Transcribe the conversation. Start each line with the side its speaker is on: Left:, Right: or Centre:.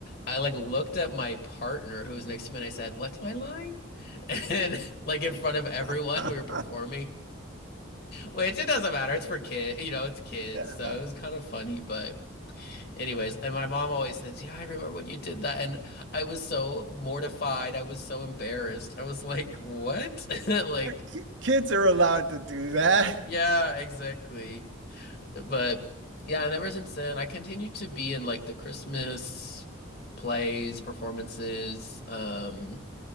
Left: I like looked at my partner who was next to me and I said, "What's my line?" <laughs> And like in front of everyone
Right: <laughs>
Left: we were performing, which it doesn't matter, it's for kid, you know, it's kids,
Right: Yeah.
Left: so it was kind of funny, but. Anyways, and my mom always says, "Yeah, I remember when you did that." And I was so mortified. I was so embarrassed. I was like, "What?" <laughs> Like,
Right: Ki- Kids are allowed to do that.
Left: yeah, exactly. But yeah, and ever since then, I continue to be in like the Christmas plays, performances. Um,